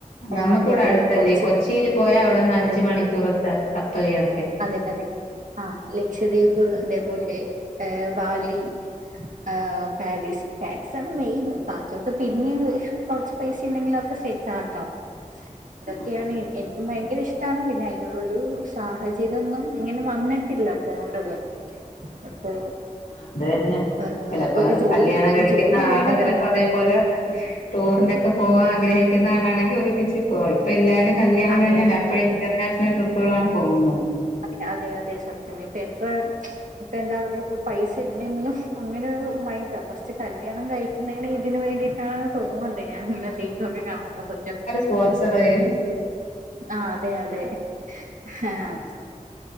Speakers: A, on the left; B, on the right.
A: ഞമ്മക്കിവിടെ
B: മറ്റേ അവിടെ
A: അടുത്തല്ലേ
B: കുറച്ച്
A: കൊച്ചീല് പോയാ അവിടെന്ന് അഞ്ച്
B: അതെ
A: മണിക്കൂറത്തെ കപ്പൽ യാ
B: അതെ അതെ ആഹ് ലക്ഷദ്വീപ് അതേപോലെ ഏ ബാലി ആഹ് പാരീസ് പാരീസാണ് മെയിൻ ബാക്കിയക്കെ പിന്നെയും കൊറച്ച് പൈസ ഉണ്ടങ്കിൽ ഒക്കെ സെറ്റ് ആക്കാം.
A: ആ
B: ഇതൊക്കെയാണ് എനിക്കും ഭയങ്കര ഇഷ്ടമാണ് പിന്നെ അതിനുള്ളരു സാഹചര്യം. ഇതൊന്നും ഇങ്ങനെ വന്നിട്ടില്ല പോണ്ടത് അപ്പൊ.
A: ആഹ് അത് തന്നെ
B: ഏഹ്
A: ചിലപ്പോ
B: ഒരു ജോലി
A: കല്യാണം
B: ഒരു
A: കഴിക്കുന്ന
B: ജോലി വേണല്ലോ
A: ആള് ചിലപ്പോ
B: മെയിൻ
A: അതേപോലെ. ടൂറിനൊക്കെ പോവാൻ ആഗ്രഹിക്കുന്ന ആളാണെങ്കിൽ ഒരുമിച്ച്. ഓ ഇപ്പൊ എല്ലാരും കല്യാണം
B: അതെ
A: കഴിഞ്ഞാല്
B: അതെ
A: അപ്പഴ ഇന്റർനാഷണൽ ട്രിപ്പുകളാണ് പോകുന്നത്.
B: അതെ അതെ അതെ സത്യം ഇപ്പ ട്രിപ്പ്‌ ഇപ്പൾ എന്താ പറയുക ഇപ്പോൾ പൈസ ഇല്ലെങ്കിലും അങ്ങനെരു മൈന്റാ ഫസ്റ്റ് കല്യാണം കഴിക്കുന്നതന്നെ ഇതിനന് വേണ്ടിയിട്ട്. തോന്നുന്നുണ്ട് ഞാൻ ഇങ്ങെ തീക്കൊക്കെ കാണുമ്പോ സത്യം.
A: സ്പോൺസറേയും.
B: ആഹ് അതെ അതെ ആഹ്